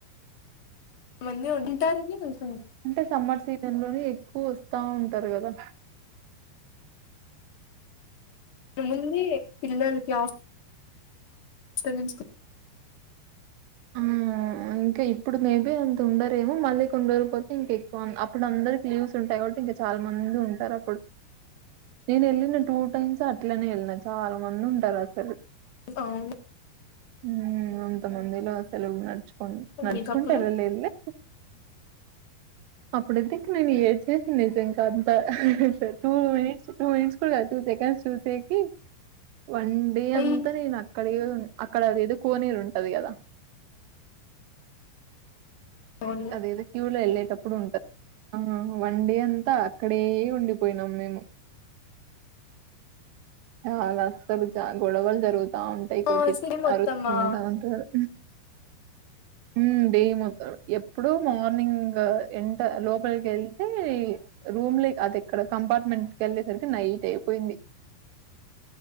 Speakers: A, on the left; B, on the right.
A: చాలామంది ఉంటారనీ చూ
B: అంటే సమ్మర్ సీజన్ లోనే ఎక్కువ వస్తా ఉంటారు కదా
A: ఏముంది పిల్లలకి ఆఫ సో నుంచి
B: ఆ ఇంకా ఇప్పుడు మేబీ అంత ఉండరేమో మళ్ళీ కొన్నిరోజులుపోతే ఇంక ఎక్కువ అప్పుడు అందరికి లీవ్స్ ఉంటాయి కాబట్టి ఇంకా చాలా మంది ఉంటారు అప్పుడు నేను వెళ్ళిన టూ టైమ్స్ అట్లనే వెళ్ళినా చాలా మంది ఉంటారు అసలు
A: అవును
B: ఉమ్ అంత మందిలో అసలు నడుచు నడుచుకుంటూ
A: మీకప్పుడు
B: వెళ్లలేదు లే అప్పుడైతే ఇక నేను ఏడ్చేసిన నిజంగా అంత హా హా టూ మినిట్స్ టూ మినిట్స్ కూడా కాదు టూ సెకండ్స్ చూసేకి వన్ డే
A: అయి
B: అంత నే నాక్ అక్కడేదో అక్కడది ఏదో కోనేరు ఉంటది కదా
A: అవును
B: అదేదో క్యూలోఎల్లేది ఎప్పుడు ఉంటది ఆ వన్ డే అంతా అక్కడే ఉండిపోయినాం మేము ఆ అలా అస్సలు చాలా గొడవలు జరుగు తా ఉంటాయి
A: మా
B: కొద్ది
A: సిరి మొత్తమా
B: అరుచుకుంటా ఉంటారు ఉమ్ డే మొత్తం ఎప్పుడు మార్నింగ్ ఎంటర్ లోపలికెళ్తే రూంలే, అది ఎక్కడ కంపార్ట్మెంట్కి ఏళ్ళే సరికి నైట్ అయిపొ పెంది